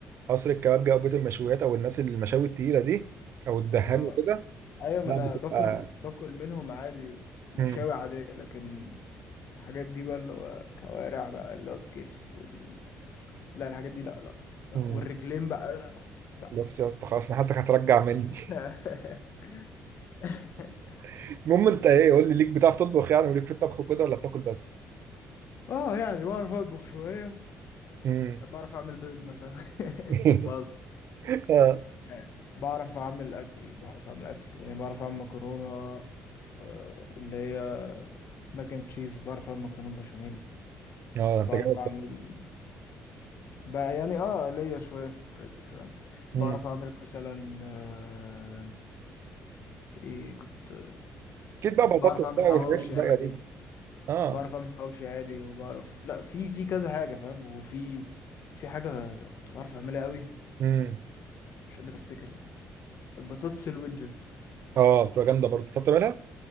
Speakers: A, on the right; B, on the left.
A: قصر الكبابجي او بيت المشويات او الناس اللي المشاوي التقيله دي او الدهان
B: ما
A: وكده
B: ايوه ما
A: لا
B: انا
A: بتبقى
B: باكل باكل منهم عادي مشاوي
A: مم.
B: عادية لكن الحاجات دي بقى اللي هو كوارع بقى اللي هو الكتف وال... لا الحاجات دي لا لا, لا.
A: مم.
B: والرجلين بقى لا
A: بس يا اسطى خلاص انا حاسسك هترجع مني
B: لا. <laughs> <laughs>
A: <laughs> المهم انت ايه قول لي ليك بتعرف تطبخ يعني وليك في الطبخ وكده ولا بتاكل بس
B: اه يعني بعرف اطبخ شوية
A: امم
B: بعرف اعمل بيض مثلا <laughs>
A: <laughs>
B: بعض
A: اه
B: يعني بعرف اعمل اكل بعرف اعمل اكل يعني بعرف اعمل مكرونة آه، اللي هي ماك اند تشيز بعرف اعمل مكرونة بشاميل
A: اه انت
B: بعرف
A: جامد
B: اعمل
A: بقى
B: بقى يعني اه ليا شوية في الحاجات دي فاهم
A: امم
B: بعرف اعمل مثلا آه، ايه كنت
A: اكيد بقى
B: آه،
A: بطاطس
B: بعرف اعمل
A: بقى
B: حواوشي
A: والحاجات الباقيه
B: عادي
A: دي اه
B: بعرف اعمل حواوشي عادي وبعرف لا في في كذا حاجة فاهم وفي في حاجة كنت بعرف اعملها قوي
A: امم
B: مش قادر افتكر بطاطس الويدجز
A: اه بتبقى جامده برضه بتعرف تعملها